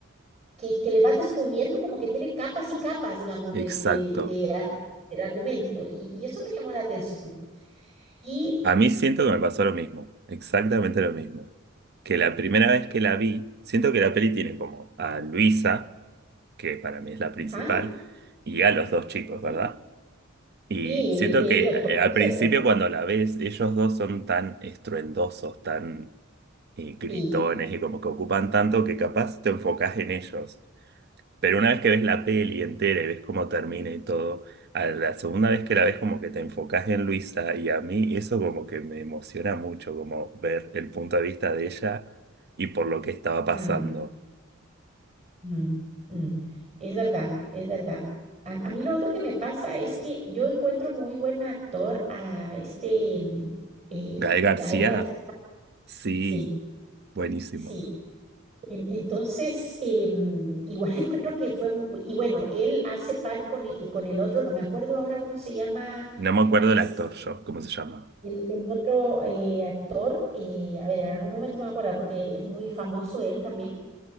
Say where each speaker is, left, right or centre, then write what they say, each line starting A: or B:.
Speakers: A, on the right; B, on the right.
A: que, que le vas descubriendo como que tiene capas y capas, digamos,
B: exacto.
A: de, de, de ar- del argumento y, y eso me llamó la atención. Y,
B: A mí siento que me pasó lo mismo, exactamente lo mismo. Que la primera vez que la vi, siento que la peli tiene como a Luisa, que para mí es la principal,
A: ajá,
B: y a los dos chicos,
A: sí,
B: ¿verdad? Y
A: sí, e-
B: siento
A: ellos,
B: que eh,
A: por, por
B: al
A: cierto,
B: principio cuando la ves, ellos dos son tan estruendosos, tan eh, gritones
A: sí.
B: y como que ocupan tanto que capaz te enfocás en ellos. Pero una vez que ves la peli entera y ves cómo termina y todo, a la segunda vez que la ves como que te enfocás en Luisa y a mí eso como que me emociona mucho, como ver el punto de vista de ella y por lo que estaba pasando.
A: mm, Mm, mm. Es verdad, es verdad. A, a mí lo otro que me pasa es que yo encuentro muy buen actor a este mm, eh,
B: Gael García,
A: Gael García.
B: sí,
A: Sí,
B: buenísimo.
A: sí. En- entonces, eh, mm, igual <laughs> encuentro que fue, mu- y bueno, él hace par con, e- con el otro, no me acuerdo ahora cómo se llama
B: No me acuerdo
A: este,
B: el actor yo, ¿cómo se llama?
A: el, el otro eh, actor. eh, a ver, en algún momento me voy a acordar porque es muy famoso él también,